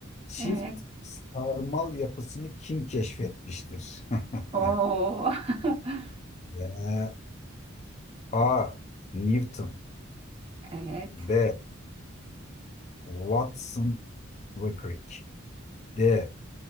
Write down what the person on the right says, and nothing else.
Evet.
Oo.
<laughs>
Evet.